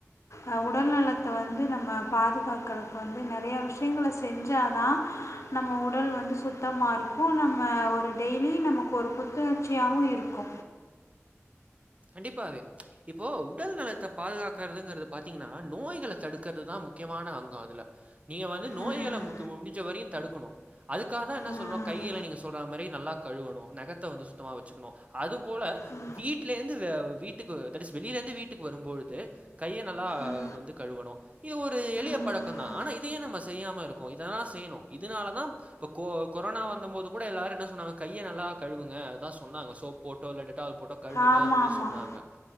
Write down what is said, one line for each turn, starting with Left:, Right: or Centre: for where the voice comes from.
Left: அ உடல் நலத்த வந்து நம்ம பாதுகாக்கறக்கு வந்து நெறையா விஷ்யங்கள செஞ்சாதா நம்ம உடல் வந்து சுத்தமாருக்கு க்கு நம்ம ஒரு டெய்லி நமக்கு ஒரு புத்துணர்ச்சியாவு இருக்கு
Right: கண்டிப்பாவே இப்போ உடல் நலத்த பாதுகாக்கறதுங்கறது பாத்தீங்கனா நோய்கள தடுக்கறதுதாம் முக் க்கியமான அங்கோ அதுல நீங்க வந்து நோய்கள
Left: ம்
Right: முக்கு முடிஞ்ச வரயு தடுக்குணு அதுக்காகதா என்ன
Left: ம்
Right: சொல்றோ கைகள நீங்க சொல்றா மாரி நல்லாக் கழுவணு நெகத்த வந்து சுத்தமாக வச்சுகுணு அதுபோல
Left: ம்
Right: வீட் ட்லேந்து வெ வீட்டுக்கு தெடீஸ் வெளிலந்து வீட்டுக்கு வரும்பொழுது கைய நல்லா
Left: ம்
Right: வந்து கழுவணு இது ஒரு எளியப்
Left: ம்
Right: பழக்கந்தா ஆனா இதயே நம்ம செய்யாம இருக்கோ இதெலா செய்ணு இதனாலதா ப கொ கொரனா வந்தமோது கூட எல்லாரு என்ன சொன்னாங்க கைய நல்லா கழுவுங்க அதா சொன்னாங்க சோப் போட்டோ இல்ல டெட்டால் போட்டோ கழுவுங்க
Left: ஆமாம்
Right: அப்டி
Left: ஆமாம்
Right: சொன்னாங்க